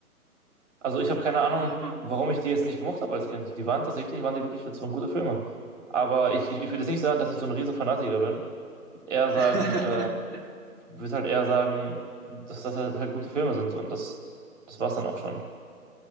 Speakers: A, on the right (about 50°); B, on the right (about 85°).
A: Also ich habe keine Ahnung,
B: Ja, Hammer.
A: warum ich die jetzt nicht gemocht habe als Kind. Die waren tatsächlich, waren die wirklich so gute Filme. Aber ich, ich, ich würde jetzt nicht sagen, dass ich so ein riesen Fanatiker bin. Ich würd Eher sagen,
B: <laughs>
A: äh, würde halt eher sagen, dass das halt, halt gute Filme sind so und das, das war's dann auch schon.